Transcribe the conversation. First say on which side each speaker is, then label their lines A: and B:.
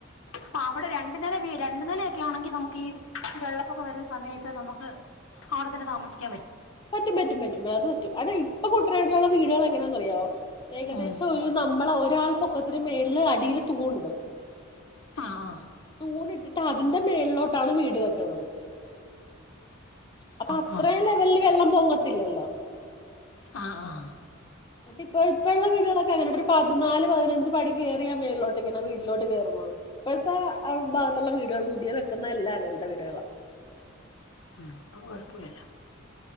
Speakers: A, on the left (about 80°); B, on the left (about 20°).
A: അപ്പൊ അവിടെ രണ്ടു നില രണ്ടു നിലൊക്കെ ആണെങ്കി നമുക്ക് ഈ ഒരു വെള്ളപ്പൊക്കം വരുന്ന സമയത്ത് നമുക്ക് അവിടെ തന്നെ താമസിക്ക
B: പറ്റും പറ്റും പറ്റും അത് പറ്റും അ ഇപ്പൊ കുട്ടനായിട്ടുള്ള വീടുകൾ എങ്ങനെയാന്നറിയാവോ ഏകദേശം
A: ഉം
B: ഒരു നമ്മളെ ഒരാൾ പൊക്കത്തിന് മേല്ില് അടിയില് തൂണിടും
A: ആ ആ
B: പൂണ ഇട്ടിട്ട് അതിൻന്റെ മേളിലോട്ടാണ് വീട് വെക്കണത് അപ്പൊ
A: ആഹ്
B: അത്രയും
A: ആഹ്
B: ലെവലില് വെള്ളം പൊങ്ങത്തില്ലല്ലോ
A: ആഹ ആഹ
B: എന്നിട്ട് ഇപ്പ ഇപ്പപ്പോ ഉള്ള വീടുകളൊക്കെ അങ്ങനട്ട ഒരു പതിനാല് പതിനഞ്ച് പടി കയറിയ മേലിലോട്ട് ഇങ്ങന വീിലട്ട് കയറുന്നു ഇപ്പോഴത്തെ ആ ഭാഗത്തുള്ള വീടുകൾ പുതിയ വെക്കുന്നല്ല അങ്ങനത്തെ വീടുകൾ
A: ഉ ഇപ്പം കോഴിപ്പൂരല്ലോ